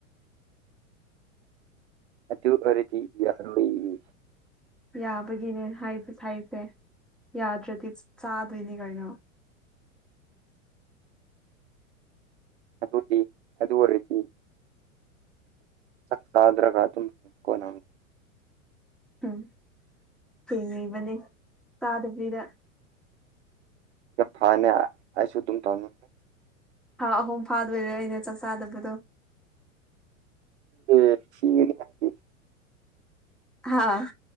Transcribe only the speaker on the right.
ꯑꯗꯨ ꯑꯣꯏꯔꯗꯤ ꯌꯥꯔꯣꯏꯌꯦ
ꯑꯗꯨꯗꯤ ꯑꯗꯨ ꯑꯣꯏꯔꯗꯤ ꯆꯛ ꯆꯥꯗ꯭ꯔꯒꯥ ꯑꯗꯨꯝ ꯀꯣꯅ
ꯌꯥꯝ ꯐꯥꯏꯅꯦ ꯑꯩꯁꯨ ꯑꯗꯨꯝ ꯇꯧꯅꯤ
ꯑꯦ ꯊꯤꯔꯒꯦ <unintelligible>